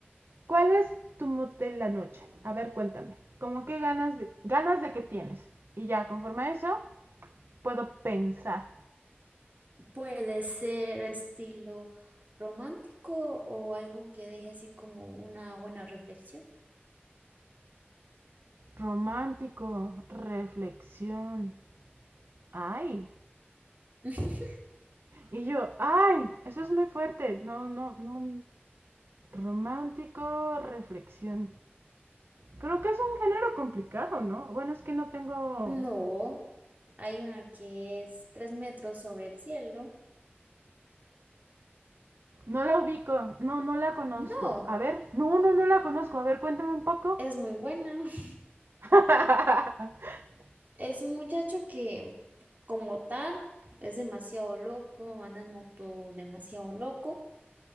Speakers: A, on the right (about 60°); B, on the right (about 40°).
A: ¿Cuál es tu mood de la noche? A ver, cuéntame. ¿Cómo qué ganas de, ganas de qué tienes? Y ya, conforme a eso, puedo pensar.
B: Puede ser estilo romántico o algo que deje así como una buena reflexión.
A: Romántico, reflexión. Ay.
B: <laughs>
A: Y yo, ay, eso es muy fuerte. No, no, no. Romántico, reflexión. Creo que es un género complicado, ¿no? Bueno, es que no tengo...
B: No, hay una que es Tres metros sobre el cielo.
A: No la ubico, no, no la conozco.
B: No,
A: A ver, no, no, no la conozco. A ver, cuéntame un poco.
B: es muy buena. <laughs>
A: <laughs>
B: Es un muchacho que, como tal, es demasiado loco, anda en moto demasiado loco